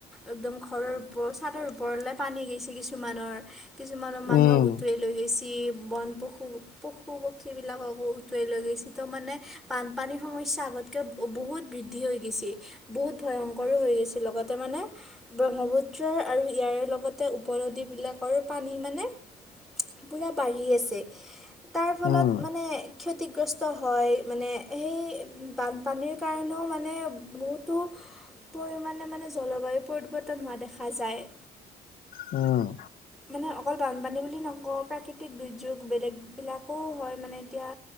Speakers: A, in the centre; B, on the left (about 60°).
A: একদম ঘৰৰ ওপৰ, চাদৰ ওপৰলৈ পানী গৈছি কিছুমানৰ। কিছুমানৰ মানুহক
B: উম
A: উটুৱাই লৈ গৈছে। যি বন পশু-পশু-পক্ষীবিলাককো উটুৱাই লৈ গৈছে তো মানে। বানপানীৰ সমস্যা আগতকে বহ', -বহুত বৃদ্ধি হৈ গৈছে। বহুত ভয়ংকৰো হৈ গৈছিল লগতে মানে। ব্ৰহ্মপুত্ৰ আৰু ইয়াৰে লগতে উপ-নদী বিলাকো। পানী মানে পুৰা বাঢ়ি আছে তাৰ ফলত
B: উম
A: মানে। ক্ষতিগ্ৰস্ত হয় মানে সেই বানপানীৰ কাৰণেও মানে বহুতো। পৰিমাণে মানে জলবায়ু পৰিৱৰ্তন হোৱা দেখা যায়।
B: উম',।
A: মানে অকল বানপানী বুলি নকওঁ, প্ৰাকৃতিক দুৰ্যোগ বেলেগবিলাকো হয় মানে এতিয়া।